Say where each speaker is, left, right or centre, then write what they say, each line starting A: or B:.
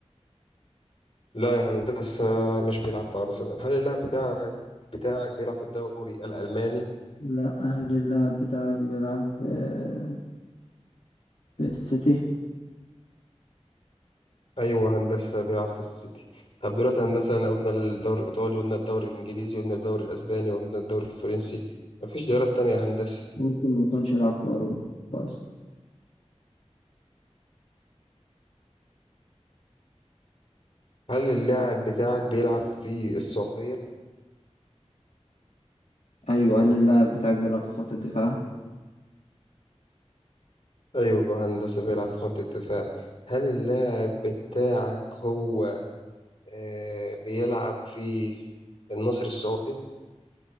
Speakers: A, on the left (about 60°); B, on the left (about 80°).
A: لا يا هندسة مش بيلعب في أرسنال هل اللاعب بتاعك بتاعك بيلعب في الدوري الألماني؟
B: لا هل اللاعب بتاعك بيلعب في آه، في السيتي
A: أيوة هندسة بيلعب في السيتي طب دلوقتي هندسة أنا قلنا الدوري الإيطالي قلنا الدوري الإنجليزي قلنا الدوري الأسباني قلنا الدوري الفرنسي مفيش دوريات تانية يا هندسة
B: ممكن ما يكونش لاعب في أوروبا أصلا
A: هل اللاعب بتاعك بيلعب في السعودية؟
B: أيوة هل اللاعب بتاعك بيلعب في خط الدفاع
A: أيوة هندسة بيلعب في خط الدفاع هل اللاعب بتاعك هو آه بيلعب في النصر السعودي؟